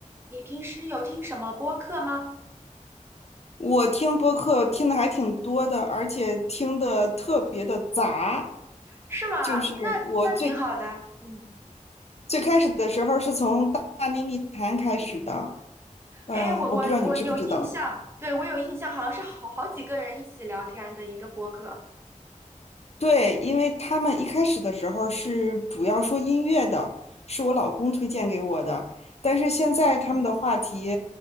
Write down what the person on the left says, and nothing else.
我听播客听的还挺多的，而且听的特别的杂。
就是我最
最开始的时候是从大大内密谈开始的，嗯、
我不知道你知不知道。
对，因为他们一开始的时候是主要说音乐的，是我老公推荐给我的。但是现在他们的话题